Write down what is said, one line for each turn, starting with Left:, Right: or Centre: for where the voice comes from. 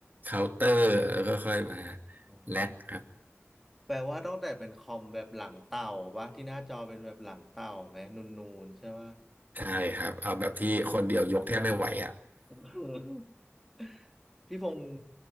Right: Counter แล้วก็ค่อยมา
Centre: ออ
Right: Lat ครับ
Centre: แปลว่าต้องแต่เป็นคอมแบบหลังเต่าปะที่หน้าจอเป็นแบบหลังเต่าไหมนูนๆใช่ปะ
Right: ใช่ครับเอาแบบที่คนเดียวยกแทบไม่ไหวอะ
Centre: <laughs> พี่พงศ์